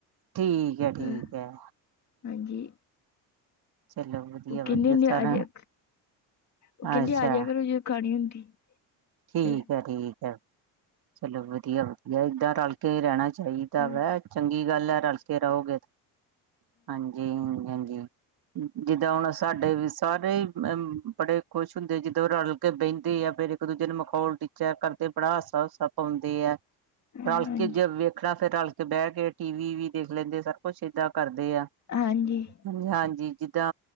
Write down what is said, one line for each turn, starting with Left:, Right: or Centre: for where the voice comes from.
Right: ਠੀਕ ਹੈ ਠੀਕ
Left: ਅਹ
Right: ਹੈ।
Left: ਹਾਂਜੀ
Right: ਚੱਲੂ ਵਧੀਆ
Left: ਉਹ ਕਹਿੰਦੇ
Right: ਵਧੀਆ
Left: ਹੁੰਦੇ
Right: ਸਾਰਾ।
Left: ਆ ਜਾ ਉਹ ਕਹਿੰਦੇ
Right: ਅੱਛਾ
Left: ਆਜੀਆ ਕਰੋ ਜਦੋ ਖਾਣੀ ਹੁੰਦੀ।
Right: ਠੀਕ
Left: ਫਿਰ
Right: ਹੈ, ਠੀਕ ਹੈ। ਚਲੋ ਵਧੀਆ, ਵਧੀਆ! ਇੱਦਾਂ ਰਲ ਕੇ ਹੀ ਰਹਿਣਾ ਚਾਹੀਦਾ ਹੈ।
Left: ਅਹ
Right: ਡਰ ਹੈ, ਚੰਗੀ ਗੱਲ ਹੈ ਰਲ ਕੇ ਰਹੋਗੇ। ਹਾਂਜੀ, ਹਾਂਜੀ ਜਿੱਦਾਂ ਹੁਣ ਸਾਡੇ ਵੀ ਸਾਰੇ ਮੇਂਬਰ। ਬੜੇ ਖੁਸ਼ ਹੁੰਦੇ ਆ, ਜਦੋਂ ਰਲ ਕੇ ਬਹਿੰਦੇ ਆ ਫਿਰ ਇੱਕ ਦੂਜੇ ਨੂੰ ਮਖੌਲ ਕਰਦੇ ਨੇ। ਮਿਲਕੇ ਬੜਾ ਹਾਸਾ ਹੂਸਾ ਪਾਉਂਦੇ ਆ।
Left: ਹਾਂਜੀ
Right: ਰਲ ਕੇ ਜੇ ਵੇਖਣਾ ਫਿਰ ਰਲ ਕੇ! ਬਹਿ ਕੇ ਟੀ-ਵੀ ਵੀ ਦੇਖ ਲੈਂਦੇ ਆ ਸਾਰਾ ਕੁੱਛ ਇਦਾ ਕਰਦੇ ਆ।
Left: ਹਾਂਜੀ।
Right: ਹਾਂਜੀ ਹਾਂਜੀ ਜਿੱਦਾਂ